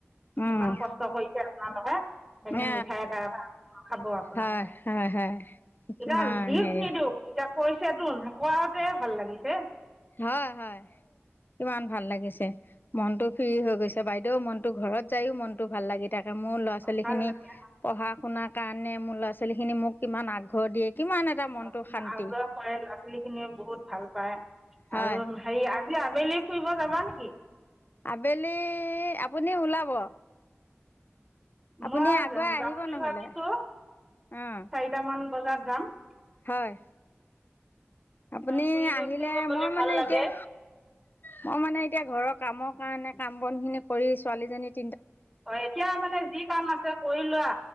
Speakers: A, on the left; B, on the right.
A: উম।
B: ইমান কষ্ট কৰিছে। কৰ লগত? সেইকাৰণে
A: এ
B: মিঠাই এটা এটা খাব আপোনালেকে,
A: হয় হয় হয় কিমান
B: এতিয়া দিক
A: হেৰি
B: নিদিওঁ এতিয়া কৈছে তো কৰাতে ভাল লাগিছে!
A: হয় হয় কিমান? ভাল লাগিছে মনতটো। ফ্ৰী হৈ গৈছে বাইদেউ মনতটো ঘৰত যায়ও মনতটো ভাল লাগিল। তাকে মোৰ ল'ৰা ছোৱালী
B: ভাল
A: খিনি
B: লাগে
A: পঢ়া শুনা কাৰণে মোৰ ল'ৰা ছোৱালীখিনি মোক কিমান আগ্ৰহ দিয়ে? কিমান এটা মনটো
B: আপোনাৰ
A: শান্তি
B: আগ্ৰহ কৰে ল'ৰা ছোৱালী খিনিয়ে বহুত ভাল পায়।
A: হয়।
B: আৰু হেৰি আজি আবেলি ফুৰিব যাবা নেকি? উ <inaudible>
A: আবেলি আপুনি ওলাব! আপুনি
B: মই
A: আগুৱাই
B: যাম
A: আহিব
B: বুলি
A: নহ'লে
B: ভাবিছো
A: অঁ
B: চাৰিটামান বজাত যাম।
A: হয় আপুনি
B: ফুৰি
A: আহিলে
B: ফুৰিব গ'লে
A: মই মানে
B: ভাল
A: এতিয়া
B: লাগে
A: মই মানে এতিয়া ঘৰত কামৰ কাৰণে কাম বন খিনি কৰি ছোৱালীজনীক
B: এতিয়া মানে যি কাম আছে কৰি লোৱা